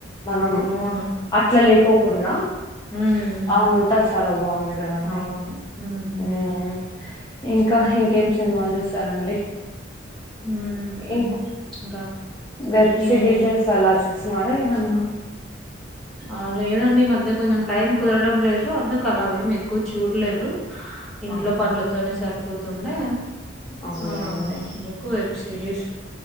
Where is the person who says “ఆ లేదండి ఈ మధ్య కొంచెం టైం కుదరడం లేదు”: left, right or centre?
Centre